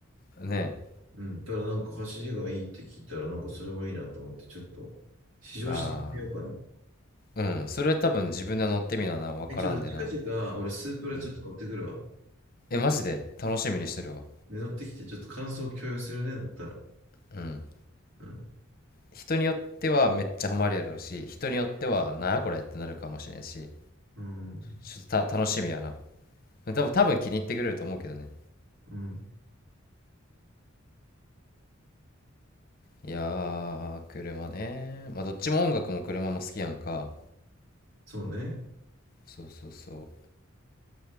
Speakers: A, on the left; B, on the right.
A: ね
B: うん。ただなんか走りがいいって聞いたら、なんかそれもいいなと思って、ちょっと試乗してみようかな。
A: え。ああ。うん。それ多分自分で乗ってみなな。わからんでな。
B: え、ちょっと近々、俺スープラちょっと乗ってくるわ。
A: うん。え、マジで楽しみにしてるわ。
B: で、乗ってきて、ちょっと感想共有するね、乗ったら。
A: うん。
B: うん。
A: 人によってはめっちゃハマるやろうし、人によっては、なあこれってなるかもしれんし、
B: うん。
A: ちょっとた楽しみやな。多分、多分気に入ってくれると思うけどね。
B: うん。
A: いやー、車ね。まあ、どっちも音楽も車も好きやんか。
B: そうね。
A: そうそうそう。